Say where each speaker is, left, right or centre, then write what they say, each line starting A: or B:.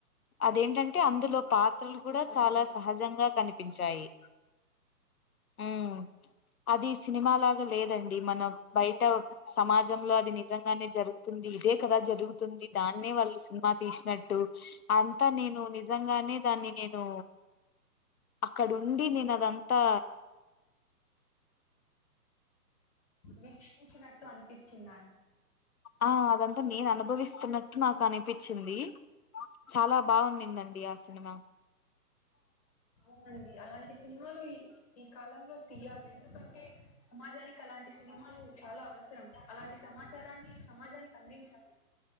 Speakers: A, on the left; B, on the left.
A: అదేంటంటే అందులో పాత్రలు కూడా చాలా సహజంగా కనిపించాయి ఉమ్ అది సినిమాలాగా లేదండి మనం బయట స్ సమాజంలో అది నిజంగానే జరుగుతుంది ఇదే కదా జరుగుతుంది దాన్నే వాళ్ళు సినిమా తీశినట్టు అంతా నేను నిజంగానే దాన్ని నేను అక్కడుండి నేను అదంతా
B: వీక్షించినట్టు అనిపించిందాన్
A: ఆహ్ అదంతా నేను అనుభవిస్తున్నట్టు నాకు అనిపిచింది చాలా బాగున్నిందండి ఆ సినిమా
B: అవునండి అలాంటి సినిమాలు ఇ ఈ కాలంలో తీయాలి ఎందుకంటే సమాజానికి అలాంటి లంటి సినిమాలు చాలా అవసరం అలాంటి సమాచారాన్ని సమాజానికి అందించాలి